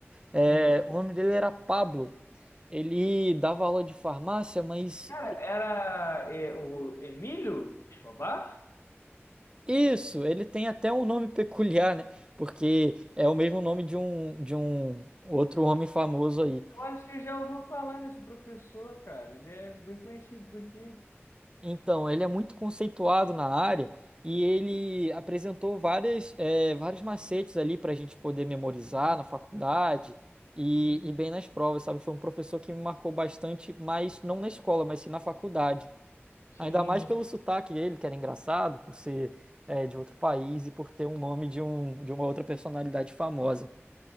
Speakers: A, on the right (about 20°); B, on the left (about 80°).
A: É,
B: Sim.
A: o nome dele era Pablo. Ele dava aula de farmácia, mas
B: Cara, era eh, o Emílio Escobar?
A: isso, ele tem até um nome <laughs> peculiar, né? Porque é o mesmo nome de um, de um outro homem famoso aí.
B: Eu acho que eu já ouvi falar desse professor, cara. Ele é bem conhecido daqui.
A: Então, ele é muito conceituado na área e ele apresentou várias, eh, vários macetes ali para a gente poder memorizar na faculdade e, e bem nas provas, sabe? Foi um professor que me marcou bastante, mas não na escola, mas sim na faculdade.
B: Sim,
A: Ainda mais pelo sotaque dele, que era engraçado, por ser, eh, de outro país e por ter um nome de, um, de uma outra personalidade famosa.